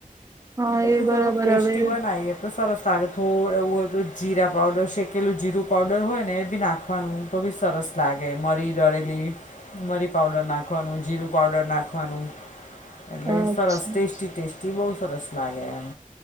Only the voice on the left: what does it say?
એટલું
થોડુંક ટેસ્ટી
બનાએ. તો સરસ લાગે થોડું એવું હોય તો જીરા પાવડર શેકેલું જીરું પાવડર હોય ને એ બી નાખવાનું, તો ભી સરસ લાગે મરી ડળેલી. મરી પાવડર નાખવાનું, જીરું પાવડર નાખવાનું, એટલે
સરસ ટેસ્ટી ટેસ્ટી બહુ સરસ લાગે એમ.